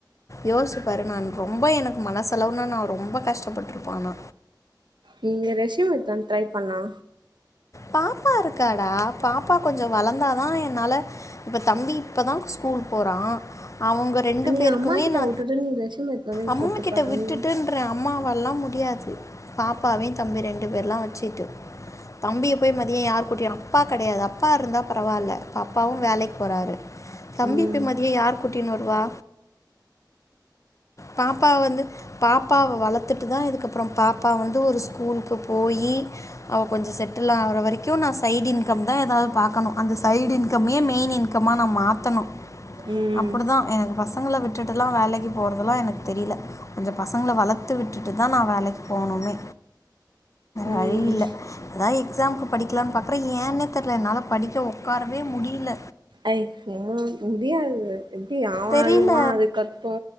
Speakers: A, on the left (about 45°); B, on the right (about 80°).
A: யோசிச்சுப்பாரு நான் ரொம்போ எனக்கு மனசலவுல நா ரொம்ப கஷ்டப்பட்ருப்ப ஆனா
B: நீங்க ரெஸ்யூம் எத்தா ட்ரை பண்ணா
A: பாப்பா இருக்காடா பாப்பா கொஞ்ச வளந்தாதா என்னால இப்ப தம்பி இப்பதா ஸ்கூல் போறா அவ்ங்க ரெண்டு
B: நீ
A: பேருக்குமே
B: அம்மா கிட்ட
A: நா
B: விட்டுட்டு நீ ரெஸ்யூம் எடுத்து வந்து எனக்கு
A: அம்மு
B: குடுத்து
A: கிட்ட
B: பாரு
A: விட்டுடுன்ற
B: ம்
A: அம்மா வல்லா முடியாது பாப்பாவே தம்பி ரெண்டு பேர்லா வ சிட்டு தம்பிய போய் மதிய யார் கூட்டியா அப்பா கடையாது அப்பா இருந்தா பரவால்ல இப்ப அப்பாவு வேலைக் போறாரு தப்பிப்
B: ம்
A: பேய் மதிய யார் கூட்டி டின்வருவா பாப்பாவ வந்து பாப்பாவ வளத்து தா இதுக்கப்றோ பாப்பா வந்து ஒரு ஸ்கூல்க்கு போயி அவ கொஞ்ச செட் தில்லா ஆகுற வரி க்யு நா சைட்இன்கம் தா எதாவ்து பாக்கணு அந்த சைட் இன்கமே மெயின் இன் கமா நா மாத்தணு
B: ம்
A: அப்புடுதா எனக்கு பசங்ள விட்டுட்டு லா வேலைக்கு போற் துலா எனக் தெரில கொஞ்ச பசங்ள வளத்து விட்டுட்டு தா நா வேலைக் போணுமே
B: ம்
A: வழி இல்ல அதா எக்ஸாம்க்கு படிக்கலான் பாக்ற ஏன்னே தெர்ல என்னால படிக்க உக்காரவே முடில
B: ஐயோ முடியாது எப்டி அவ
A: தெரியல
B: அழுவா அது கத்து